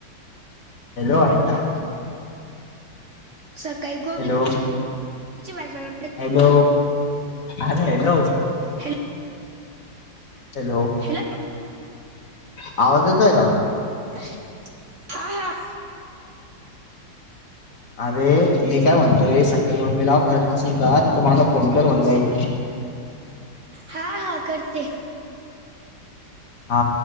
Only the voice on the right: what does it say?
सकाळी कोबीची
भाजी बनव
हॅलो
हॅलो
<unintelligible> आ हा.
हा हा करते.